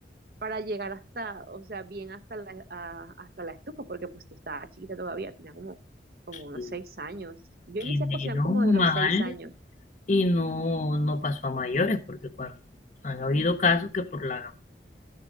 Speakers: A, on the right (about 55°); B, on the left (about 40°).
A: para llegar hasta, o sea, bien hasta la, a- hasta la estufa, porque pues yo estaba chiquita todavía, tenía como, como unos
B: que,
A: seis años. Yo
B: que
A: inicié a
B: menos
A: cocinar como
B: mal
A: desde los seis años.
B: y no, no pasó a mayores, porque cuando han habido casos que por la,